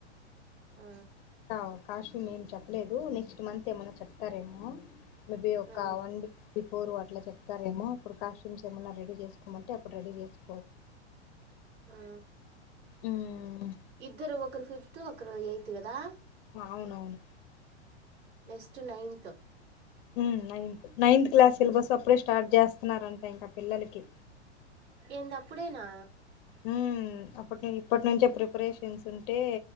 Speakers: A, on the right; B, on the left.
A: ఆ
B: ఓ కాశీ మేం చెప్పలేదు నెక్స్ట్ మంత్ ఏమన్నా చెప్తారేమో మబ ఒకవండి
A: ఆ
B: <unintelligible> పోరు అట్లా చెపత రేమో అప్పుడు కాస్ట్యూమ్స్ ఏమన్నా రెడీ చేసుకోమంటే అప్పుడు రెడీ చేసుకో
A: హ
B: ఉమ్.
A: ఇద్దరు ఒకరు ఫిఫ్టీ టు ఒకరు ఎయితు కదా దా
B: అవునవును
A: నెక్స్ట్ నైన్త్
B: హ్మ్మ్ నైన్త్ నైన్త్ క్లాస్ సిలబస్ ఇప్పుడుే స్టార్ట్ చేస్తున్నారంట ఇంకా పిల్లలకి
A: ఏంది అప్పుడేనా
B: హ్మ్మ్ అప్పటి ఇప్పటి నుంచే ప్రిపరేషన్స్ ఉంటే